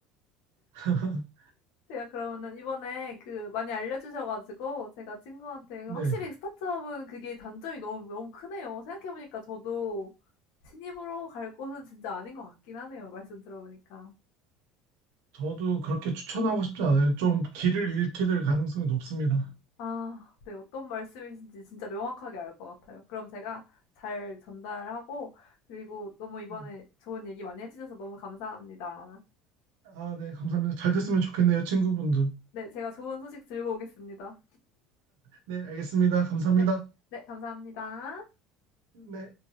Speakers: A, on the right (about 80°); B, on the left (about 70°).
A: <laughs>
B: 제가 그러면은 이번에 그 많이 알려주셔 가지고 제가 친구한테
A: 네.
B: 확실히 스타트업은 그게 단점이 너무 너무 크네요. 생각해 보니까 저도 신입으로 갈 곳은 진짜 아닌 것 같긴 하네요, 말씀 들어 보니까.
A: 저도 그렇게 추천하고 싶지 않아요. 좀 길을 잃게 될 가능성이 높습니다.
B: 아 네. 어떤 말씀이신지 진짜 명확하게 알 것 같아요. 그럼 제가 잘 전달하고 그리고 너무 이번에
A: 네.
B: 좋은 얘기 많이 해 주셔서 너무 감사합니다.
A: 아, 네. 감사합니다. 잘 됐으면 좋겠네요, 친구분도.
B: 네. 제가 좋은 소식 들고 오겠습니다.
A: 네, 알겠습니다. 감사합니다.
B: 네. 네. 감사합니다.
A: 네.